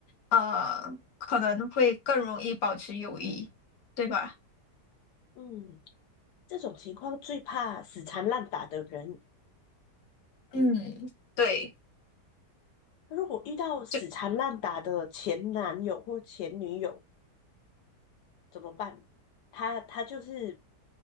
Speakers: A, on the left (about 60°); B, on the left (about 80°).
A: 呃可能会更容易保持友谊。对吧？
B: 嗯，这种情况最怕死缠烂打的人。
A: 嗯对，
B: 如果遇到死缠烂打的前男友或前女友，
A: 就
B: 怎么办？他他就是